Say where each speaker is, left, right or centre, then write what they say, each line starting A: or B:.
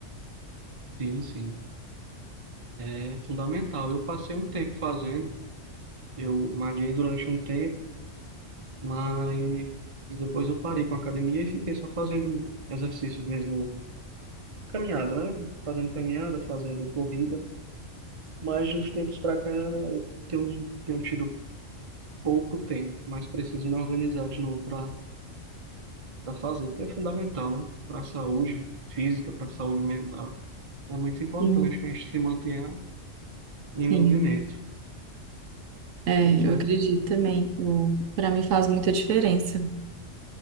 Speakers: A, on the right (about 30°); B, on the right (about 80°).
A: sim, sim, é fundamental. Eu passei um tempo fazendo. Eu malhei durante um tempo, mas depois eu parei com a academia e fiquei só fazendo exercícios mesmo, caminhada, né? Fazendo caminhada, fazendo corrida. Mas de uns tempos para cá eu tenho, tenho tido pouco tempo, mas preciso me organizar de novo para para fazer, porque é fundamental, né? Para a saúde física, para a saúde mental. É muito importante
B: Sim,
A: que a gente se mantenha em
B: sim.
A: movimento.
B: É,
A: Pois é,
B: eu acredito também. Eu, para mim faz muita diferença.